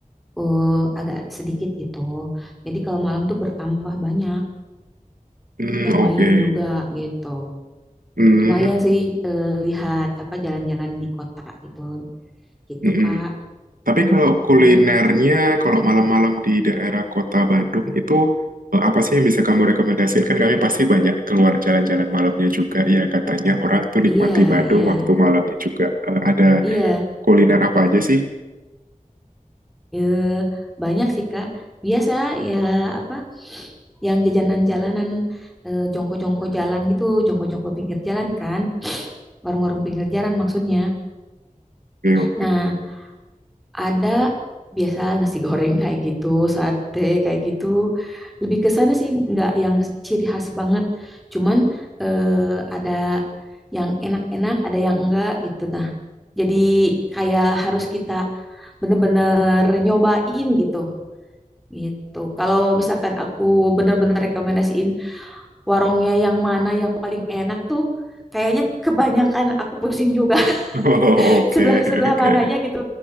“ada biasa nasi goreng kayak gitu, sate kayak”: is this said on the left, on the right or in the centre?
Centre